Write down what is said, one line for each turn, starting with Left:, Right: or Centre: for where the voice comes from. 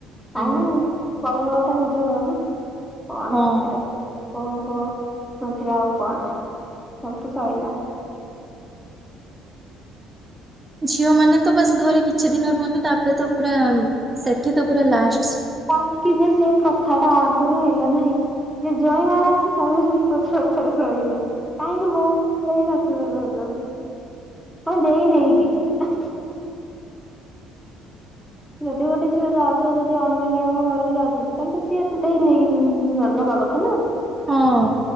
Right: ହୁଁ।
Centre: କାହିଁକି ନା ପର ଘର ଟା ନିଜ ଘର ନା। କଣ
Right: ହଁ
Centre: ଭାଇତରେ <unintelligible> କଣ କ ମଝିରେ ଆଉ କଣ?, ସବୁ ତ ସଇଲା।
Right: ଝିଅ ମାନେ ତ ବାସ୍ ଘରେ କିଛି ଦିନ ରୁହନ୍ତି, ତାପରେ ତ ପୁରା ସେଠି ତ ପୁରା ଲାଷ୍ଟ୍।
Centre: କାହିଁକି ଯେ ସେଇ ପ୍ରଥା ଟା, ଆଗରୁ ହେଲା ନାହିଁ? ଯେ ଜ୍ୱାଇଁ ଘର ଆସି ଶ୍ୱଶୁର ଘରେ ରହିବେ। <unintelligible> କାହିଁକି ବହୁ ଲୋକ ବି ଶାଶୁଘରେ ରହୁଛନ୍ତି କଣ ଦେଇ ନେଇକି। <unintelligible> ଯଦି ଗୋଟେ ଝିଅ ଯାଉଛ ଯଦି ଅନ୍ୟ ଜଣଙ୍କ ଘରକୁ ଯାଉଛି, ତାହେଲେ ତ ସିଏ ତ ଦେଇ ନେଇକି ଜ ନବା କଥ୍ ଥାନା।
Right: ହଁ।